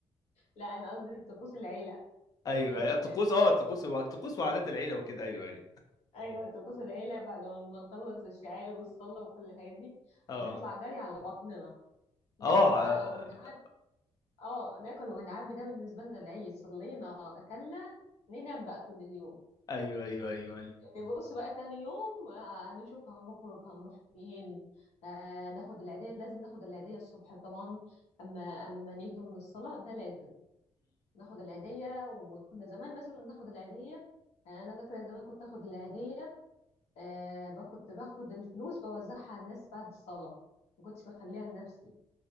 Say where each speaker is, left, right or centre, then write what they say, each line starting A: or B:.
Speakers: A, on the left; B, on the left.
A: لا انا قصدي طقوس العيله
B: ايوه
A: مش قصدي
B: أيوة، الطقوس اه الطقوس الطقوس وعادات العيله وكده ايوه ايوه
A: ايوه طقوس العيله بعد ما نخلص الشعائر والصلاه وكل الحاجات دي
B: اه
A: نطلع جري على بطننا ناكل
B: اه
A: بقى
B: ع-
A: ونعبي اه ناكل ونعبي ده بالنسبه لنا العيد صلينا اكلنا ننام بقى طول اليوم
B: ايوه ايوه ايوه ايوه
A: نبص بقى تاني يوم آه، نشوف هنخرج هنروح فين آه، ناخد العيدية لازم ناخد العيدية الصبح طبعا أما أما ما نيجي من الصلاة ده لازم ناخد العيدية وكنا زمان مثلا ناخد العيدية آه، أنا فاكرة زمان كنت آخد العيدية آه، ب- كنت باخد الفلوس بوزعها على الناس بعد الصلاة ما كنتش بخليها لنفسي